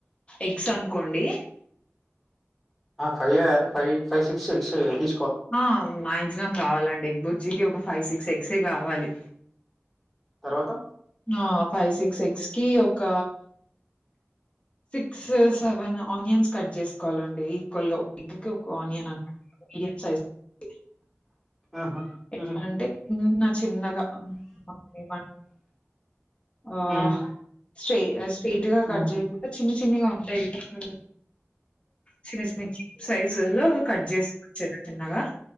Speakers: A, on the left; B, in the centre.
A: ఎగ్స్ అనుకోండి
B: ఆ five five five six eggs తీ
A: ఆ మాయాక్సిమం కావాలండి ఎగ్ బుజ్జికి ఒక ఫైవ్ సిక్స్ ఎగ్సే కావాలి
B: తర్వాత
A: ఆ ఫైవ్ సిక్స్ ఎగ్స్ కి ఒక సిక్స్ సెవెన్ ఆనియన్స్ కట్ చేసుకోవాలండి ఈక్వల్ గా ఒక ఎగ్ కి ఒక ఆనియన్ మీడియం సైజ్వీ
B: ఆహా
A: ఎట్లా
B: హ్మ్
A: అంటే చిన్న చిన్నగా ఏ ఆ
B: హ్మ్
A: స్ట్ర స్ట్రైట్ గా
B: హ్మ్
A: కట్ చేయకుండా చిన్ని చిన్నిగా ఉంటాయి కదా అలా చిన్న చిన్న సైజులు కట్ చేసుకోవచ్చు అంటున్నారా